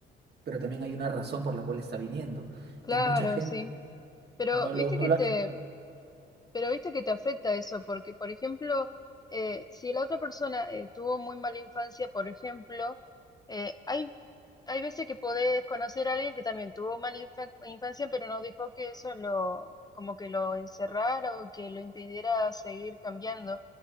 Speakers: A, on the right; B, on the left.
A: pero también hay una razón por la cual está viniendo.
B: Claro,
A: Y mucha gente
B: sí. Pero
A: no lo,
B: viste
A: no
B: que
A: lo
B: te,
A: hace.
B: Pero viste que te afecta eso, porque por ejemplo, eh, si la otra persona eh, tuvo muy mala infancia, por ejemplo, eh, hay hay veces que podés conocer a alguien que también tuvo mala infa- infancia, pero no dejó que eso lo, como que lo encerrara o que lo impidiera seguir cambiando.